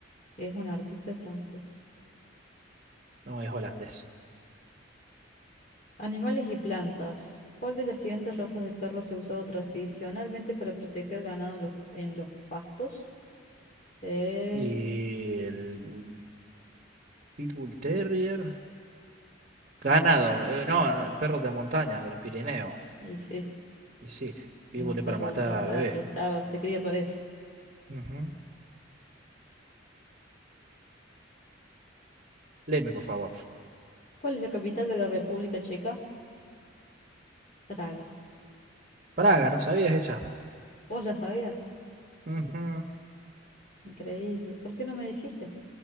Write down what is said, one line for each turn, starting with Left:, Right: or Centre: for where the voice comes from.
Left: Es un artista francés.
Right: No es holandés.
Left: Animales y plantas. ¿Cuál de las siguientes razas de perros se ha usado tradicionalmente para proteger ganado en los, en los pastos? Eh,
Right: Y el Bull- Pitbull Terrier. Ganado. Eh, no, no, el perro de montaña, de los Pirineos.
Left: y sí,
Right: Y sí, Pitbull
Left: es un
Right: es
Left: perro
Right: para matar
Left: ya está
Right: a bebé.
Left: que estaba, se cría para eso.
Right: Ujú. Léeme, por favor.
Left: ¿Cuál es la capital de la República Checa? Praga.
Right: Praga, ¿no sabías esa?
Left: ¿Vos la sabías?
Right: Ujú.
Left: Increíble. ¿Por qué no me dijiste?